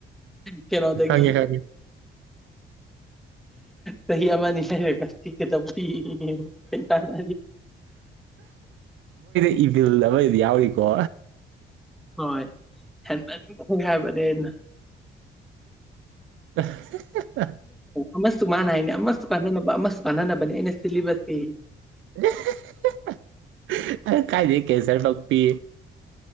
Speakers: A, in the centre; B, on the right.
A: ꯀꯩꯅꯣꯗꯒꯤ
B: ꯈꯪꯉꯦ ꯈꯪꯉꯦ
A: ꯀꯍꯤ ꯑ ꯑꯃꯅꯤ ꯍꯥꯏ ꯀꯤꯦ ꯇ ꯀꯩ ꯇꯅ
B: ꯏꯜꯗꯕ ꯏ ꯌꯥꯎꯔꯤꯀꯣ
A: ꯍꯣꯏ ꯍꯦꯜꯃꯦꯠ ꯈꯪ ꯍꯥꯏ ꯍꯥꯏꯕꯅꯤꯅ
B: <unintelligible>
A: ꯑꯃꯁꯨ ꯃꯥꯅ ꯍꯥꯏꯅꯦ ꯑꯃꯁꯨ ꯀꯥꯟꯅꯅꯕ ꯑꯃꯁꯨ ꯀꯥꯟꯅꯅꯕꯅꯦ ꯑꯩꯅ ꯁꯤꯜꯂꯤꯕꯁꯤ
B: <unintelligible>
A: <unintelligible>
B: ꯀꯥꯏꯗꯗꯒꯤ ꯀꯦꯟꯁꯔ ꯄꯛ ꯄꯤ